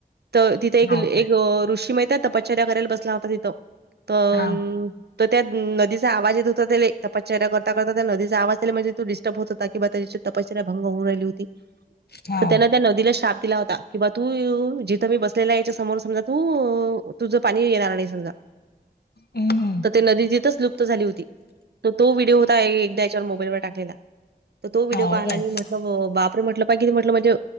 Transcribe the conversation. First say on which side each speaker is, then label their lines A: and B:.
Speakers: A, on the right (about 85°); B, on the left (about 75°).
A: तर तिथं एक एक
B: हो काय
A: ऋषी माहीत तपश्चर्या करायला बसला होता तिथं, तर
B: हा
A: तर त्या नदीचा आवाज येत होता त्याले, तपश्चर्या करता- करता त्या नदीचा आवाज त्याले, म्हणजे तो दि होत होता किंवा त्या तपस्या भंग होऊन राहिली होती.
B: हो
A: तर त्याने त्या नदीला श्राप दिला होता. किं बा तू जिथं मी बसलेला याच्या समोर समजा तू तुझं पाणी येणार नाही समजा.
B: हम.
A: तर ती नदी तिथच लुप्त झाली होती. तर तो व्हिडिओ होता, एकदा याच्यावर मोबाईलवर टाकलेला. तर तो व्हिडिओ
B: हो
A: पाहायला
B: काय
A: मी म्हट बापरे! म्हटलं पाय कि ते म्हटलं म्हणजे